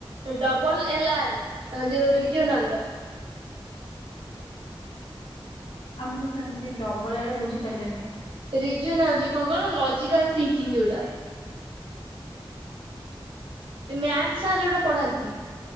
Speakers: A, on the right; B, on the left.
A: ଡବଲ ଏଲ ଆର ଯୋଉ ରିଜନାଲ ଟା।
B: ଆମେ ତ ସେମିତି ଡବଲ ହେଲା ବୁଝିପାରିଲନି।
A: ରିଜନାଲ ଯେ କଣ କହିଲ ଲଜିକାଲ ଥିଙ୍କିଙ୍ଗ ଯୋଉଟା। ଯୋଉ ମ୍ୟାଥ ସାର୍ ଯୋଉଟା ପଢାନ୍ତି।